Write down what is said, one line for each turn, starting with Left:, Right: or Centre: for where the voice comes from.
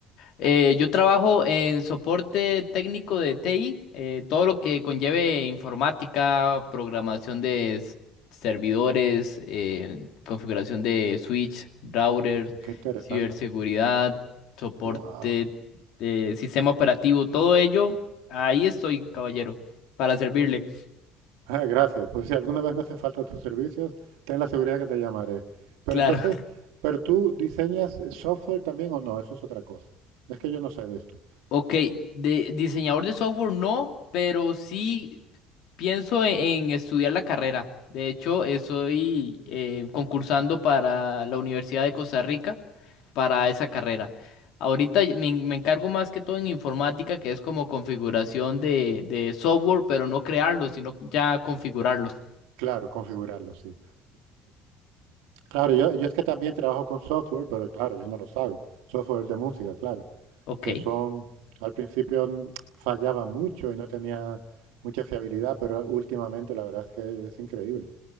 Left: Eh, yo trabajo en soporte técnico de TI, eh, todo lo que conlleve informática, programación de s- servidores, eh, configuración de switch, routers,
Right: Qué interesante.
Left: ciberseguridad, soporte
Right: ¡Wow!
Left: de sistema operativo, todo ello. Ahí estoy, caballero, para servirle.
Right: Ah, gracias. Pues si alguna vez me hacen falta tus servicios, ten la seguridad que te llamaré. Pero
Left: Claro.
Right: entonces,
Left: <laughs>
Right: ¿pero tú diseñas eh, software también o no? Eso es otra cosa. Es que yo no sé de esto.
Left: Ok, de diseñador de software no, pero sí. Pienso en, en estudiar la carrera. De hecho, estoy eh, concursando para la Universidad de Costa Rica para esa carrera. Ahorita y- me, en- me encargo más que todo en informática, que es como configuración de, de software, pero no crearlos, sino ya configurarlos.
Right: Claro, configurarlo, sí. Claro, yo, yo es que también trabajo con software, pero claro, yo no los hago. Software de música, claro,
Left: Ok.
Right: que son, al principio mm, fallaba mucho y no tenía mucha fiabilidad, pero últimamente la verdad es que es increíble.